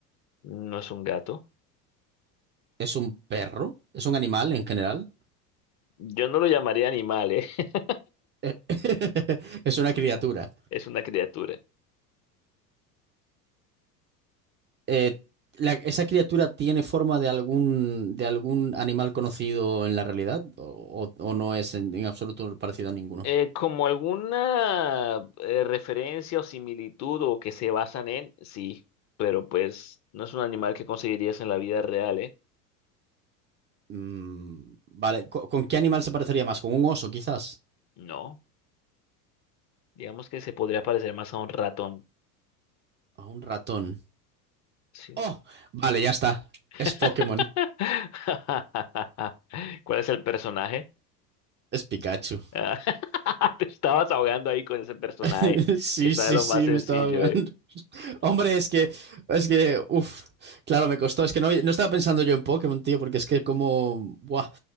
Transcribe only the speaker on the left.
No es un gato.
Yo no lo llamaría animal, ¿eh? <laughs>
Es una criatura.
Eh, como alguna eh, referencia o similitud o que se basan en, sí, pero pues no es un animal que conseguirías en la vida real, ¿eh?
No, digamos que se podría parecer más a un ratón.
Sí.
<laughs>
¿Cuál es el personaje?
Ah, <laughs> Te estabas ahogando ahí con ese personaje
que está
de lo
más sencillo,
¿eh?